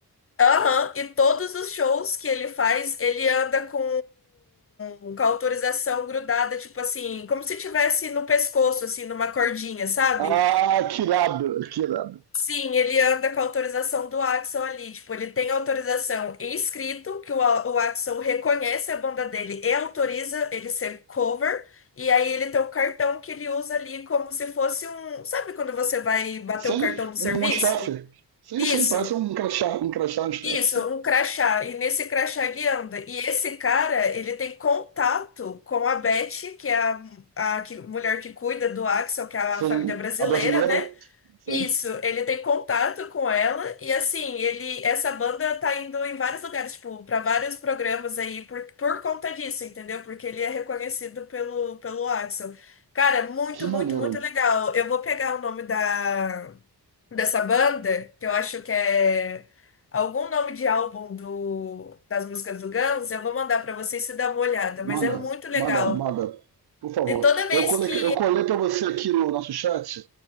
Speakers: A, on the left; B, on the right.
A: Aham, e todos os shows que ele faz, ele anda com, com a autorização grudada, tipo assim, como se tivesse no pescoço, assim, numa cordinha, sabe?
B: Ah, que irado, que irado.
A: Sim, ele anda com a autorização do Axl ali, tipo, ele tem autorização em escrito, que o, A- o Axl reconhece a banda dele e autoriza ele ser cover, e aí ele tem o cartão que ele usa ali como se fosse um, sabe quando você vai bater
B: Sim,
A: um cartão do serviço?
B: um, um staff. Sim,
A: Isso.
B: sim, parece um crachá, um crachá, um staff.
A: Isso, um crachá. E nesse crachá ele anda. E esse cara, ele tem contato com a Beth, que é a, a que- mulher que cuida do Axel, que é a
B: Sim,
A: família brasileira,
B: a brasileira.
A: né?
B: Sim.
A: Isso, ele tem contato com ela e assim, ele essa banda tá indo em vários lugares, tipo, para vários programas aí por, por conta disso, entendeu? Porque ele é reconhecido pelo pelo Axel. Cara, muito,
B: Que
A: muito,
B: maneiro.
A: muito legal. Eu vou pegar o nome da dessa banda, que eu acho que é algum nome de álbum do, das músicas do Guns, eu vou mandar pra vocês se dar uma olhada,
B: Manda,
A: mas é muito legal.
B: manda, manda. Por favor.
A: E toda vez
B: Eu colei,
A: que,
B: eu colei para você aqui no nosso chat